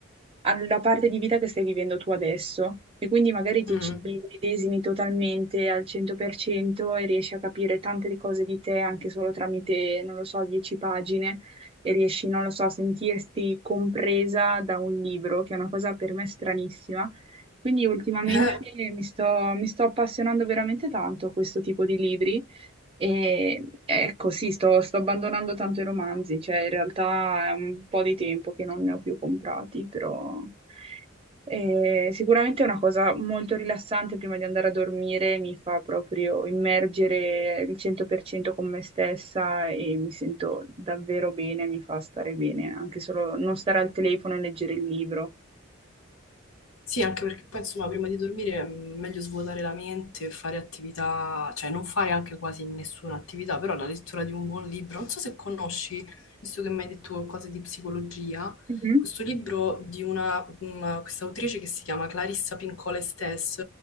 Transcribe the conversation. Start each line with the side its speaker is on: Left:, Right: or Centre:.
Right: alla parte di vita che stai vivendo tu adesso e quindi magari ti
Left: ah, mm.
Right: ci medesimi totalmente al 100% e riesci a capire tante cose di te anche solo tramite, non lo so, 10 pagine e riesci, non lo so, a sentirti compresa da un libro, che è una cosa per me stranissima. Quindi ultimamente
Left: <laughs>
Right: mi sto, mi sto appassionando veramente tanto a questo tipo di libri e ecco, sì, sto, sto abbandonando tanto i romanzi, cioè in realtà è un po' di tempo che non ne ho più comprati, però eh, sicuramente è una cosa molto rilassante prima di andare a dormire, mi fa proprio immergere il 100% con me stessa e mi sento davvero bene, mi fa stare bene, anche solo non stare al telefono e leggere il libro.
Left: Sì, anche perché poi insomma prima di dormire è meglio svuotare la mente, fare attività, cioè non fare anche quasi nessuna attività, però la lettura di un buon libro, non so se conosci, visto che mi hai detto cose di psicologia,
Right: Mhm,
Left: questo libro di una, una- questa autrice che si chiama Clarissa Pincola Estés,